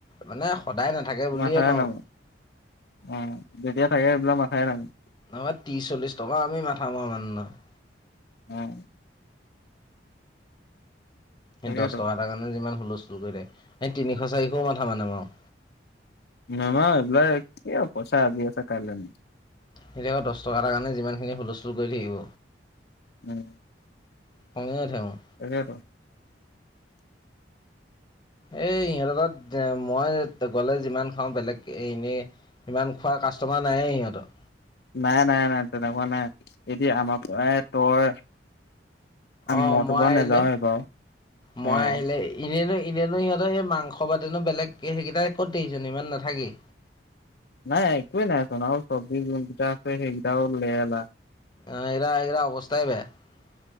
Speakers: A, on the left; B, on the left.
A: মানে সদায় নাথাকে বুলিয়ে
B: মাথায়ে
A: নওক
B: নামাৰো অ যেতিয়া থাকে সেইবিলাক মাথায়ে নামাৰো
A: নাইবা ত্ৰিশ চল্লিশ টকা আমি মাথা মাৰা মানুহ নহয়
B: উম তাকেতো
A: সেই দহ টকা এতাৰ কাৰণে যিমান হুলস্থুল কৰি থাকে সেই তিনিশ চাৰিশও মাথা নেমাৰো
B: নেমাৰো এইবিলাক পইচা আজি আছে কাইলৈ নাই
A: হেতি আকৌ দহ টকা এটাৰ কাৰণে যিমানখিনি হুলস্থুল কৰি থাকিব
B: উম
A: খঙে উঠে মোৰ
B: তাকেটো
A: এই সিহঁতৰ তাত মই গ'লে যিমান খাওঁ বেলেগ এনেই সিমান খোৱাৰ কাষ্টমাৰ নায়েই সিহঁতৰ
B: নাই নাই নাই তেনেকুৱা নাই এতিয়া আমাৰ পৰাই তই
A: অ
B: মইতো
A: মই
B: বাৰু
A: আহিলে
B: নাযাওঁৱেই বাৰু
A: মই
B: অঁ
A: আহিলে এনে ন এনেনো সিহঁতৰ সেই মাংস বাদেনো বেলেগ সেইকেইটা ক'ত দেখিছ ইমান নাথাকেই
B: নাই একোৱেই নাইচোন আৰু চব্জি যেইটা আছে সেইকেইটাও লেৰালা <unintelligible>
A: অ এৰা এৰা অৱস্থাই বেয়া <unintelligible>